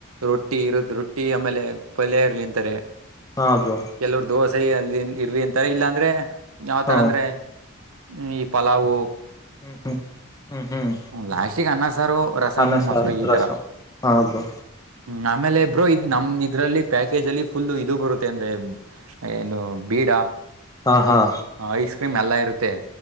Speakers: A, on the right (about 80°); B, on the left (about 15°).
A: ರೊಟ್ಟಿ ಇರದ ರೊಟ್ಟಿ ರೊಟ್ಟಿ ಆಮೇಲೆ ಪಲ್ಯ ಇರ್ಲಿ ಅಂತಾರೆ
B: ಹಾದು
A: ಕೆಲವ್ರ ದೋಸೆ ಅಲ್ಲಿ ಇರ್ರಿ ಅಂತಾರೆ ಇಲ್ಲಾ ಅಂದ್ರೆ ಯಾವ್ತರ
B: ಹಾ
A: ಅಂದ್ರೆ. ಹ್ಮ ಈ ಪಲಾವು.
B: ಹ್ಮ್ ಹ್ಮ್ ಹ್ಮ್ ಹ್ಮ್
A: ಹ್ಮ ಲಾಸ್ಟಿಗೆ ಅನ್ನಸಾರು, ರಸಮ್ಮು,
B: ಅನ್ನ
A: ಮೊಸರು
B: ಸಾರ್
A: ಈ
B: ರಸಂ
A: ತರ.
B: ಹಾ ಬ್ರೋ
A: ಹ್ಮ ಆಮೇಲೆ ಬ್ರೋ ಇದ್ ನಮ್ ಇದ್ರಲ್ಲಿ ಪ್ಯಾಕೇಜ್ ಅಲ್ಲಿ ಫುಲ್ ಇದು ಬರುತ್ತೆ ಅಂದ್ರೆ. ಏನು ಬೀಡ.
B: ಹಾ ಹಾ
A: ಹ ಐಸ್ ಕ್ರೀಮ್ ಎಲ್ಲಾ ಇರುತ್ತೆ.